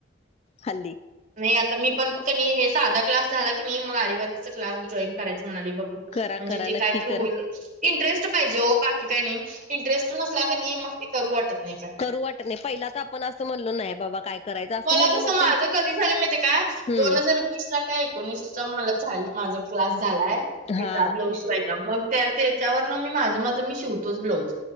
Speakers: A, on the left; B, on the right.
A: हल्ली <unintelligible>
B: नाही आता मी पण का नई हे साधा क्लास झाला की नाही मग आर वर्कचा क्लास जॉईन करायचं म्हणाले बघू.
A: करा
B: म्हणजे
A: करा
B: ते
A: नक्की
B: काय तर
A: करा
B: होईल ते <unintelligible> इंटरेस्ट पाहिजे हो बाकी काही नाही इंटरेस्ट नसला क नाही मग ते करू वाटत नाही काय.
A: करू वाटत नाही पहिलाच आपण अस म्हणलो नाही बाबा काय <unintelligible>
B: मला
A: म्हणलं
B: कस
A: मग
B: माझं
A: ते
B: कधी झालं माहिती काय
A: हम्म
B: दोन हजार वीस ला काय एकोणीस मला झा माझा क्लास झालाय याचा
A: हा
B: ब्लऊ शिवायचा मग त्या त्याच्यावर न मी माझं माझं मी शिवतोच ब्लाउज